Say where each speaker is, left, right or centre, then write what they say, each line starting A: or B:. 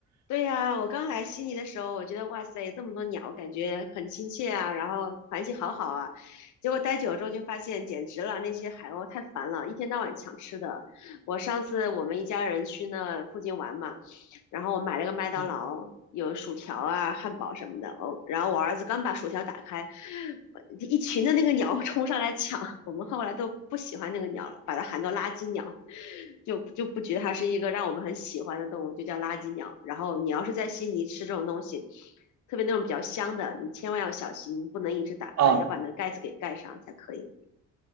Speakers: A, on the left (about 75°); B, on the right (about 60°).
A: 对呀，我刚来悉尼的时候，我觉得哇塞，这么多鸟，感觉很亲切啊，然后环境好好啊。结果待久了之后就发现，简直了，那些海鸥太烦了，一天到晚抢吃的。我上次我们一家人去那附近玩嘛，然后我买了个麦当劳，
B: <laughs> 嗯，
A: 有薯条啊、汉堡什么的。哦，然后我儿子刚把薯条打开，呃一群的那个鸟 <laughs> 冲上来抢，我们后来都不喜欢那个鸟了，把它喊作垃圾鸟，就就不觉得它是一个让我们很喜欢的动物，就叫垃圾鸟。然后你要是在悉尼吃这种东西，特别那种比较香的，你千万要小心，不能一直打开，
B: 啊，
A: 要把那盖子给盖上才可以。